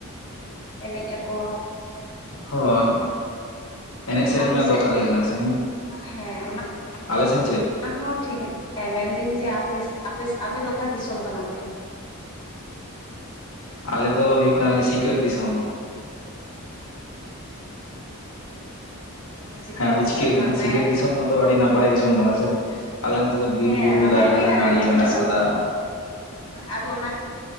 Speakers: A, on the left; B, on the left.
A: ᱮᱱᱮᱡ ᱟᱠᱚ
B: ᱦᱳᱭ ᱮᱱᱮᱡ ᱥᱮᱨᱮᱧ
A: ᱟᱯᱮᱥᱮᱫ
B: ᱢᱟ ᱫᱚᱨᱠᱟᱨ ᱜᱮ ᱠᱟᱱᱟ ᱥᱮ
A: ᱦᱮᱸ ᱚᱱᱟ
B: ᱟᱞᱮᱥᱮᱱ ᱪᱮᱫ
A: ᱦᱚᱸ ᱴᱷᱤᱠ ᱜᱮᱭᱟ ᱦᱮᱸ ᱢᱮᱱᱫᱟᱹᱧ ᱡᱮ ᱟᱯᱮᱥ ᱟᱯᱮ ᱟᱯᱮ ᱫᱚ ᱚᱠᱟ ᱫᱤᱥᱚᱢ ᱠᱟᱱᱟ ᱯᱮ
B: ᱟᱞᱮ ᱫᱚ ᱦᱩᱭᱩᱜ ᱠᱟᱱᱟᱞᱮ ᱥᱤᱠᱟᱹᱨ ᱫᱤᱥᱚᱢ
A: ᱚ ᱥᱤᱠᱟᱹᱨ
B: ᱦᱮᱸ ᱟᱫᱚ
A: ᱫᱤᱥᱚᱢ
B: ᱪᱤᱠᱟᱹ ᱠᱟᱱᱟ
A: ᱢᱟᱱᱮ
B: ᱥᱤᱠᱟᱹᱨ ᱫᱤᱥᱚᱢ ᱢᱚᱛ ᱛᱚ ᱟᱹᱰᱤ ᱱᱟᱯᱟᱭ ᱫᱤᱥᱚᱢ ᱠᱟᱱᱟ ᱥᱮ ᱟᱞᱮ ᱱᱚᱛᱮ ᱫᱚ ᱵᱤᱨ
A: ᱦᱮᱸ
B: ᱵᱩᱨᱩ
A: ᱱᱟᱯᱟᱭ
B: ᱫᱟᱨᱮ
A: ᱜᱮᱭᱟ
B: ᱱᱟ ᱱᱟᱹᱲᱤ
A: ᱡᱚᱛᱚ
B: ᱢᱮᱱᱟᱜ
A: ᱫᱤᱥᱚᱢ
B: ᱟᱠᱟᱫᱟ
A: ᱟᱫᱚ ᱚᱱᱟ